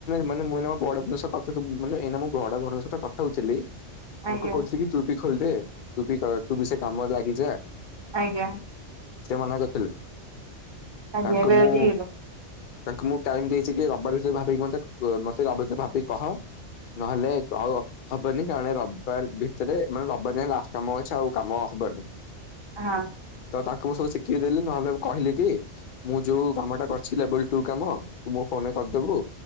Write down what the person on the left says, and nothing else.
ମାନ ମୁଁ ବଡ଼ ଭଉଣୀଙ୍କ କଥା ମାନେ ଏଇ ମୁଁ ବଡ ଭଉଣଙ୍କ ସହିତ କଥା ହଉଥିଲି। ତାଙ୍କୁ
କହିଚି କି ତୁବି ଖୋଲିଦେ ତୁବି ତୁ ବି ସେ କାମରେ ଲାଗିଯା।
ସେ ମନା କରିଥିଲେ
ତାଙ୍କୁ
ମୁଁ।
ତାଙ୍କୁ ମୁଁ ଟାଇମ ଦେଇଚି କି ରବିବାର କୁ ଭାବିକି ସେ ମେତେ କହ ରବିବାର ଭାବିକି କହ। ନହେଲେ ଆଉ ହବନି କାରଣ ରବିବାର ଭିତରେ ମାନେ ରବିବାର ଲାଷ୍ଟ କାମ ଅଛି ଆଉ କାମ ହବନି।
ତାଙ୍କୁ ମୁଁ ସବୁ ଶିଖେଇଦଲି ନହେଲେ କହିଲି କି ମୁଁ ଯୋଉ କାମ ଟା କରିଛି ଲେବଲୁ ଟୁ କାମ ମୋ କରିଦବୁ